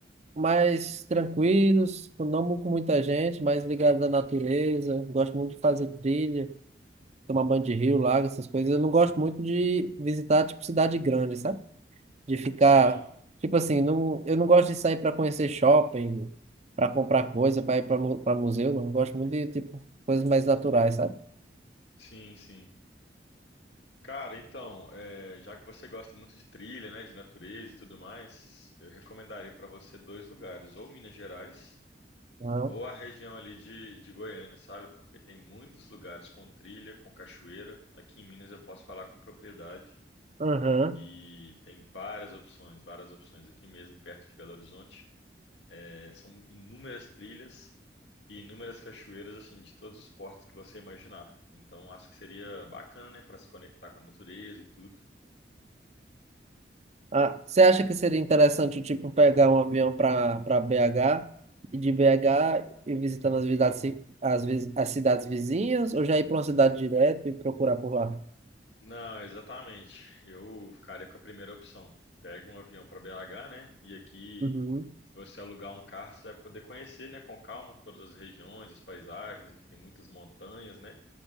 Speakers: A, on the right; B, on the left.
A: mais tranquilos, não com muita gente, mais ligados à natureza. Gosto muito de fazer trilha. tomar banho de rio, lago, essas coisas. Eu não gosto muito de visitar, tipo, cidade grande, sabe? De ficar,
B: Sim,
A: tipo assim, não, eu não gosto de sair para conhecer shopping, para comprar coisa, para ir para museu, não. Eu gosto muito de, tipo, coisas mais naturais, sabe?
B: sim, sim. Cara, então, é, já que você gosta muito de trilha, né, de natureza e tudo mais, eu recomendaria para você dois lugares, ou Minas Gerais,
A: Não.
B: ou a região ali de, de Goiânia, sabe? Porque tem muitos lugares com trilha, com cachoeira. Aqui em Minas eu posso falar com propriedade.
A: Aham.
B: E tem várias opções, várias opções aqui mesmo, perto de Belo Horizonte. É, são inúmeras trilhas e inúmeras cachoeiras, assim, de todos os portos que você imaginar. Então, acho que seria bacana, né, para se conectar com a natureza e tudo.
A: Ah, você acha que seria interessante, tipo, pegar um avião para para BH e de BH ir visitando as cidades, ci- as, vi- as cidades vizinhas ou já ir para uma cidade direto e procurar por lá?
B: Não, exatamente. Eu ficaria com a primeira opção. Pega um avião para BH, né? E aqui,
A: Uhum,
B: se você alugar um carro, você vai poder conhecer, né, com calma, todas as regiões, as paisagens, aqui tem muitas montanhas, né?